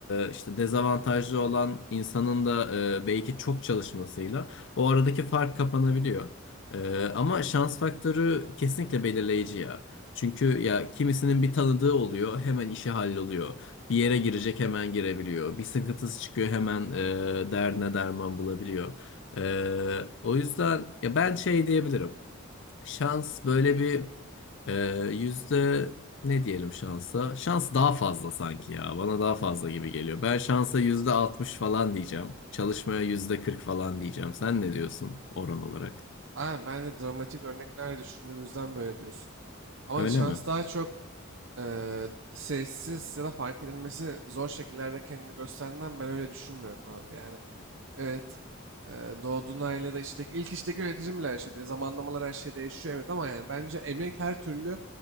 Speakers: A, on the left; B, on the right.
A: e, işte dezavantajlı olan insanın da e, belki çok çalışmasıyla o aradaki fark kapanabiliyor. Ee, ama şans faktörü kesinlikle belirleyici ya. Çünkü ya kimisinin bir tanıdığı oluyor hemen işi halloluyor. Bir yere girecek hemen girebiliyor. Bir sıkıntısı çıkıyor hemen e, derdine derman bulabiliyor. Ee, o yüzden ya ben şey diyebilirim. Şans böyle bir ee, yüzde ne diyelim şansa? Şans daha fazla sanki ya. Bana daha fazla gibi geliyor. Ben şansa yüzde altmış falan diyeceğim. Çalışmaya yüzde kırk falan diyeceğim. Sen ne diyorsun oran olarak?
B: Aa, ben de dramatik örnekler düşündüğümüzden böyle diyorsun. Ama
A: Öyle
B: şans
A: mi?
B: daha çok eee, sessiz ya da fark edilmesi zor şekillerde kendini gösterdiğinden ben öyle düşünmüyorum abi. Yani evet eee doğduğun ailede işte ilk işteki yöneticin bile her şey değişiyor. Zamanlamalar her şey değişiyor evet ama yani bence emek her türlü